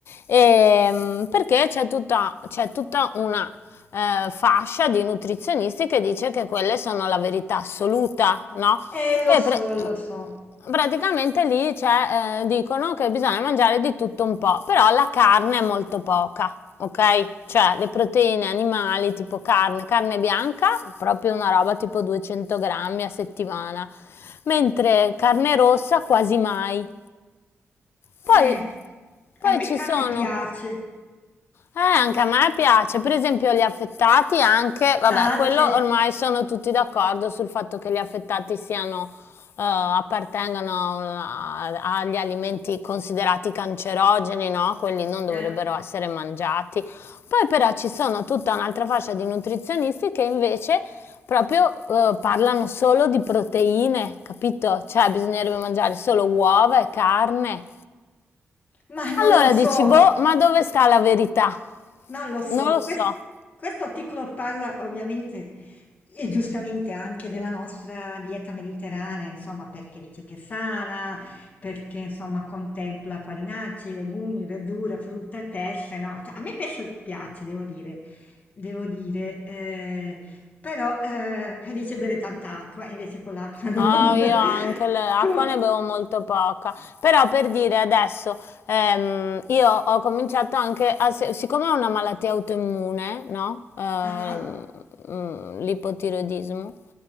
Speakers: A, on the left; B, on the left.
A: ehm, perché c'è tutta, c'è tutta una eh, fascia di nutrizionisti che dice che quelle sono la verità assoluta, no?
B: Eh, lo
A: E
B: so,
A: pre-
B: lo so.
A: Praticamente lì c'è, eh, dicono che bisogna mangiare di tutto un po', però la carne è molto poca, ok? Cioè le proteine animali tipo carne, carne bianca, proprio una roba tipo 200 grammi a settimana, mentre carne rossa quasi mai. Poi,
B: Eh,
A: poi
B: a me
A: ci
B: carne
A: sono
B: piace,
A: eh, anche a me piace, per esempio gli affettati anche, vabbè,
B: anche,
A: quello ormai sono tutti d'accordo sul fatto che gli affettati siano, eh, appartengano a- agli alimenti considerati cancerogeni, no? Quelli non dovrebbero
B: eh,
A: essere mangiati. Poi però ci sono tutta un'altra fascia di nutrizionisti che invece proprio eh, parlano solo di proteine, capito? Cioè bisognerebbe mangiare solo uova e carne.
B: ma non
A: Allora
B: lo so.
A: dici, boh, ma dove sta la verità?
B: Non lo so,
A: Non lo
B: quest-
A: so.
B: questo articolo parla ovviamente e giustamente anche della nostra dieta mediterranea, insomma, perché dice che è sana, perché insomma contempla farinacei, legumi, verdura, frutta e pesce, no? Cioè, a me pesce piace, devo dire, devo dire, eh, però eh, dice bere tanta acqua, invece con l'acqua non...
A: Ah,
B: <laughs>
A: io anche l'acqua
B: con-
A: ne bevo molto poca, però per dire adesso, ehm, io ho cominciato anche a, se- siccome è una malattia autoimmune, no? Ehm,
B: Ah, ah.
A: mm, l'ipotiroidismo,